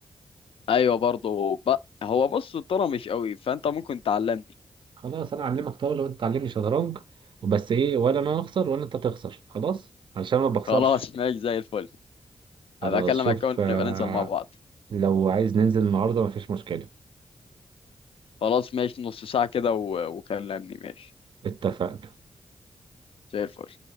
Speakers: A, on the left; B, on the right.
A: ايوه برضه ب... هو بص الطرا مش قوي فانت ممكن تعلمني
B: خلاص انا اعلمك طاولة وانت تعلمني شطرنج بس ايه ولا انا اخسر ولا انت تخسر خلاص علشان ما بخسرش
A: خلاص ماشي زي الفل
B: خلاص
A: ابقى اكلمك
B: شوف
A: كون
B: آه،
A: نبقى ننزل مع بعض
B: لو عايز ننزل النهاردة مفيش مشكلة
A: خلاص ماشي نص ساعه كده و... وكلمني ماشي
B: اتفقنا
A: زي الفل